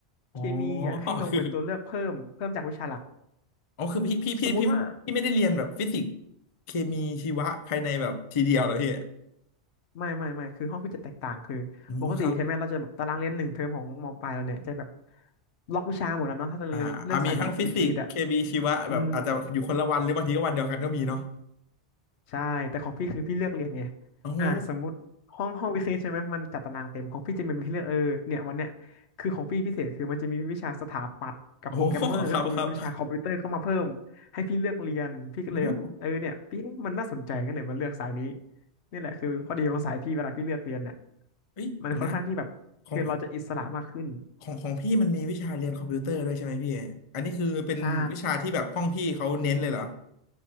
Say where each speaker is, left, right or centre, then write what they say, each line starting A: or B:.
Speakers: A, on the left (about 40°); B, on the left (about 70°).
A: อ๋อ
B: เคมีอ่ะให้ลงเป็นตัวเลือกเพิ่มเพิ่มจากวิชาหลัก
A: คืออ๋อคือพี่พี่พี่พี่พี่ไม่ได้เรียนแบบฟิสิกส์
B: สมมุติว่า
A: เคมีชีวะภายในแบบทีเดียวเหรอพี่
B: ไม่ไม่ไม่ คือห้องพี่จะแตกต่าง คือปกติใช่ไหมเราจะแบบตารางเรียนหนึ่งเทอมของมปลายเราเนี่ยจะแบบ
A: อืมครับ
B: ล็อกวิชาหมดแล้วเนาะถ้าเราเรียนเลือกสายวิทย์คณิตอ่ะ
A: อ่าอ่า มีทั้งฟิสิกส์เคมีชีวะ
B: อืม
A: แบบอาจจะอยู่คนละวันหรือบางทีก็วันเดียวกันก็มีเนาะ
B: ใช่แต่ของพี่คือพี่เลือกเรียนไง
A: โอ้โห
B: อ่ะสมมติห้องห้องวิเคราะห์ใช่ไหมมันจัดตารางเต็มของพี่จะมีให้เลือกเออเนี่ยวันเนี้ยคือของพี่พิเศษคือมันจะมีวิชาสถาปัตย์กับโปรแกรมเมอร์ก็คือเป็นวิชาคอมพิวเตอร์เข้ามาเพิ่มให้พี่เลือกเรียนพี่ก็เลยแบบเออเนี่ยพี่เอ๊ะมันน่าสนใจก็เลยมาเลือกสายนี้
A: โอ้โห ครับครับ โอ้โห
B: นี่แหละคือข้อดีของสายพี่เวลาพี่เลือกเรียนเนี่ย
A: เฮ้ยเดี๋ยวนะ
B: มันค่อนข้างที่แบบคือเราจะอิสระมากขึ้น
A: ของของของพี่มันมีวิชาเรียนคอมพิวเตอร์ด้วยใช่ไหมพี่ อันนี้คือเป็นวิชาที่แบบห้องพี่เขาเน้นเลยเหรอ
B: ใช่